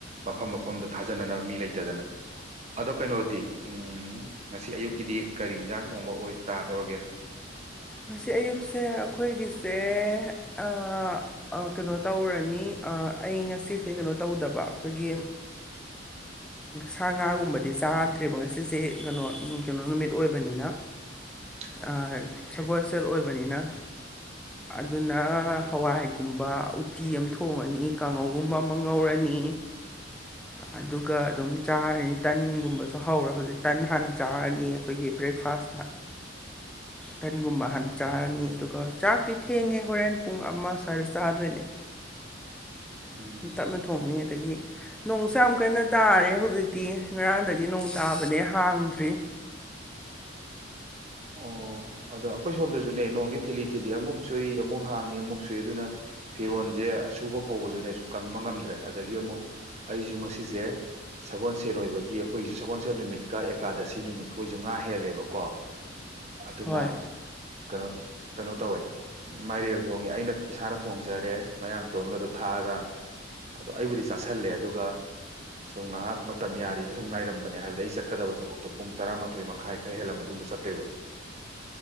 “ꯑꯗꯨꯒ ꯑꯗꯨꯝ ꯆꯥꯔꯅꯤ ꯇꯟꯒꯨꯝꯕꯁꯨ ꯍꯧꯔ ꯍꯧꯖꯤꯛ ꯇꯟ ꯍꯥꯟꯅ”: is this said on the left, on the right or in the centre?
Centre